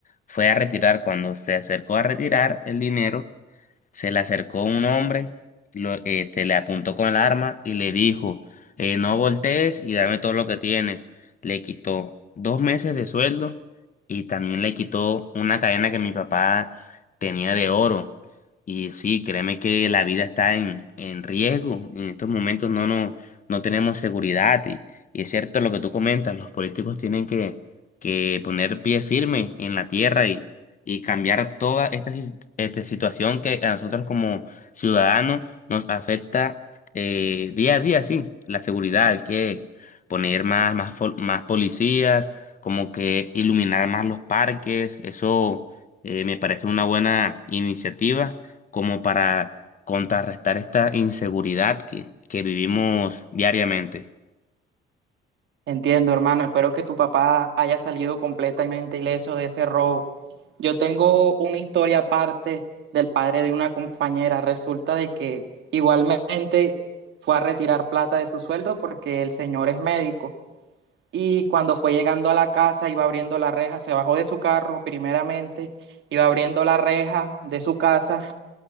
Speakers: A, on the left; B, on the right.
A: fue a retirar. Cuando se acercó a retirar el dinero, se le acercó un hombre, lo- este, le apuntó con el arma y le dijo, eh, no voltees y dame todo lo que tienes. Le quitó dos meses de sueldo y también le quitó una cadena que mi papá tenía de oro. Y sí, créeme que la vida está en, en riesgo. En estos momentos no, no, no tenemos seguridad. Y, y es cierto lo que tú comentas, los políticos tienen que, que poner pie firme en la tierra y cambiar toda esta, si- este, situación que a nosotros como ciudadanos nos afecta eh, día a día, sí, la seguridad, hay que poner más, más, fol- más policías, como que iluminar más los parques, eso eh, me parece una buena iniciativa como para contrarrestar esta inseguridad que, que vivimos diariamente.
B: Entiendo, hermano. Espero que tu papá haya salido completamente ileso de ese robo. Yo tengo una historia aparte del padre de una compañera. Resulta de que igualmente fue a retirar plata de su sueldo porque el señor es médico. Y cuando fue llegando a la casa, iba abriendo la reja, se bajó de su carro primeramente, iba abriendo la reja de su casa